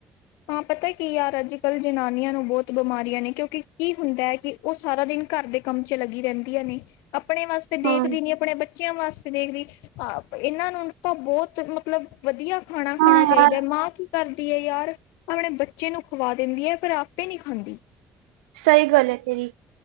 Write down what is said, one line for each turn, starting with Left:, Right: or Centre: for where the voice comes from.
Left: ਹਾਂ ਪਤਾ ਕੀ ਯਾਰ ਅੱਜ ਕੱਲ੍ਹ ਜਨਾਨੀਆਂ ਨੂੰ ਬਹੁਤ ਬਿਮਾਰੀਆਂ ਨੇ ਕਿਉਂਕਿ ਕੀ ਹੁੰਦਾ ਹੈ ਕਿ ਉਹ ਸਾਰਾ ਦਿਨ ਘਰ ਦੇ ਕੰਮ ਚ ਲੱਗੀ ਰਹਿੰਦੀਆਂ ਨੇ ਆਪਣੇ ਵਾਸਤੇ
Right: ਹਾਂ,
Left: ਦੇਖਦੀ ਨੀ ਆਪਣੇ ਬੱਚਿਆਂ ਵਾਸਤੇ ਦੇਖਦੀ ਹ ਇਹਨਾਂ ਨੂੰ ਤਾਂ ਬਹੁਤ ਮਤਲਬ ਵਧੀਆ ਖਾਣਾ
Right: ਹਾਂ
Left: ਖਾਣਾ ਚਾਹੀਦਾ
Right: ਯਾਰ
Left: ਹੈ ਮਾਂ ਕੀ ਕਰਦੀ ਹੈ ਯਾਰ ਆਪਣੇ ਬੱਚੇ ਨੂੰ ਖਵਾ ਦਿੰਦੀ ਹੈ ਪਰ ਆਪੇ ਨਹੀਂ ਖਾਂਦੀ
Right: ਸਹੀ ਗੱਲ ਹੈ ਤੇਰੀ